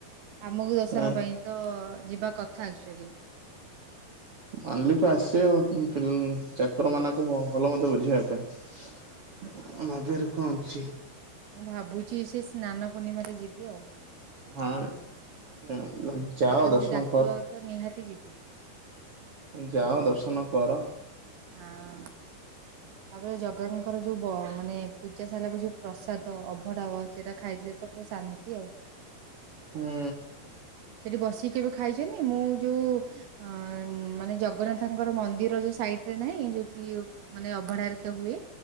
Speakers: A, on the right (about 70°); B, on the right (about 40°).
A: ଆମକୁ ଦର୍ଶନ
B: ହଁ
A: ପାଇଁ ତ ଯିବା କଥା ଆକ୍ଚୁଆଲି
B: ମାଲିକ ଆସିବେ ଚାକର ମାନଙ୍କ ଭଲ ମନ୍ଦ ବୁଝିବା ପାଇଁ। ଆଉ ଭାଗ୍ୟରେ କଣ ଅଛି
A: ମୁଁ ଭାବୁଛି ସେ ସ୍ନାନ ପୂର୍ଣ୍ଣିମାରେ ଯିବି ଆଉ।
B: ହଁ ଯାଅ
A: ଜଗା ଯଦି
B: ଦର୍ଶନ
A: ଡାକିବ
B: କର।
A: ତ ନିହାତି ଯିବି।
B: ଯାଅ ଦର୍ଶନ କର
A: ହଁ
B: ହ
A: ତାପରେ ଜଗାଙ୍କର ଯେଉଁ ବ ମାନେ ପୂଜା ସାରିଲା ପରେ ଯେଉଁ ପ୍ରସାଦ ଅଭଢ଼ା ସେଇରା ଖାଇଥିଲେ ସବୁ ପୁରା ଶାନ୍ତି ଆଉ।
B: ହୁଁ
A: ସେଠି ବସିକି କେବେ ଖାଇଛନ୍ତି? ମୁଁ ଯୋଉ ଅଁ ମାନେ ଜଗନ୍ନାଥଙ୍କର ମନ୍ଦିର ଯୋଉ ସାଇଡରେ ନାହିଁ ଯୋଉ ପ୍ରିଓକ୍ ମାନେ ଅଭଢା ହେରିକା ହୁଏ